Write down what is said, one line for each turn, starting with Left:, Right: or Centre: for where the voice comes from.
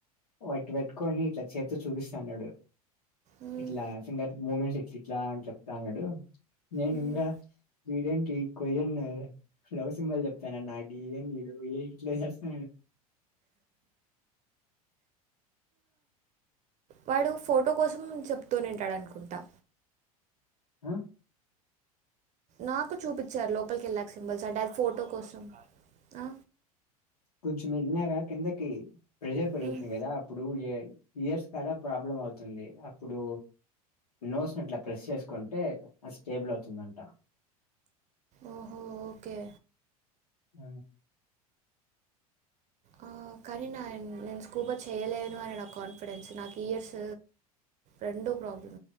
Left: వట్టి పెట్టుకొని ఇట్లా చేతో చూపిస్తాన్నాడు
Right: మ్మ్
Left: ఇట్లా ఫింగ మమెంట్స్ ఎట్లా అని చెప్తాన్నాడు నేను
Right: మ్మ్
Left: ఇంకా వీరేంటి కొ ఎన్న లవ్ సింల్ చెప్తాను న నాగి ఏన్ నడు ఏయ ఇస్త
Right: వాడు ఫోటో కోసం చెప్తూంటాడునుకుంటా
Left: ఆ
Right: నాకు చూపించారు లో సిల్కి వెళ్ళా సింబల్స్ అడ ఫోటో కోసం ఆ
Left: కొంచెం మల్నగా కిందకి ప్రెజర్ పెరుగుతుంది
Right: మ్మ్
Left: కదా అప్పుడు ఏ ఇయర్స్ కూడాడ ప్రాబ్లమ్ అవుతుంది అప్పుడు నోసినట్లా ప్రెస్ చేసుకుంటే అది స్టేబుల్ అవుతుందంట
Right: ఓహో ఓకే
Left: ఆ
Right: ఆ, కానీ నా నేను స్కూబర్ చేయలేను అని నా కాన్ఫిడెన్స్ నాకు ఇయర్స్ రెండో ప్రాబ్లం